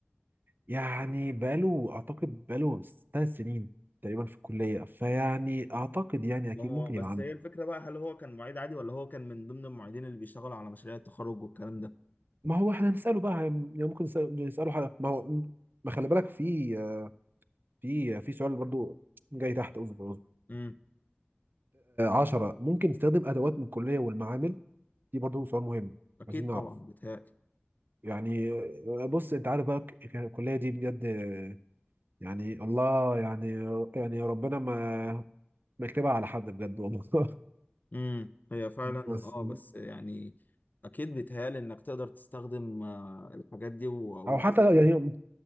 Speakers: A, on the right; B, on the left.
A: يعني بقاله اعتقد بقاله ثلاث سنين تقريبا في الكليه فيعني اعتقد يعني اكيد
B: ما هو
A: ممكن
B: بس
A: يبقى عنده
B: هي الفكره بقى هل هو كان معيد عادي ولا هو كان من ضمن المعيدين اللي بيشتغلوا على مشاريع التخرج والكلام ده
A: ما هو احنا هنساله بقى يعني ممكن نسأل- نساله حاجه ما هو ما خلي بالك في آه، في في سؤال برضو جاي تحت اصبر اصبر
B: امم
A: 10 ممكن تستخدم ادوات من الكليه والمعامل دي برضه سؤال مهم
B: اكيد
A: عايزين نعرف
B: طبعا بيتهيألي
A: يعني آه، بص انت عارف بقى ك- الكليه دي بجد آه، يعني الله يعني يعني ربنا ما ما يكتبها على حد بجد والله <laughs>
B: امم هي فعلا
A: بس
B: اه بس يعني اكيد بيتهيألي انك تقدر تستخدم آه، الحاجات دي و-
A: او
B: وتجرب
A: حتى يعني
B: فيها.